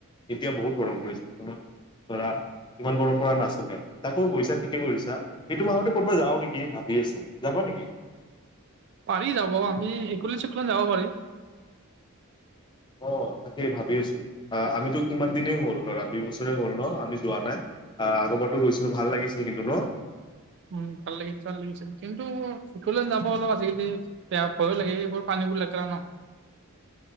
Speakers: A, on the left; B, on the right.
A: এতিয়া বহুত গৰম কৰিছে ধৰা ইমান গৰম পৰা নাছিলে তাকো গৈছা ঠিক কৰিছা এইটো মাহতে ক'বা যাওঁ নেকি ভাবি আছো। যাবা নেকি?
B: পাৰি যাব আমি একলেণ্ড চেকলেণ্ড যাব পাৰি।
A: অ তাকেই ভাবি আছো আহ আমিতো কিমান দিনেই হ'ল ধৰা দুই বছৰে হল ন আমি যোৱা নাই। আহ আগবাৰটো গৈছিলো ভাল লাগিছিল কিন্তু ন।
B: উম ভাল লাগিছিল ভাল লাগিছিল কিন্তু অকলেণ্ড যাব অলপ আজিকালি বেয়া ভয়ো লাগে এইবোৰ পানী বোৰ লেতেৰা ন।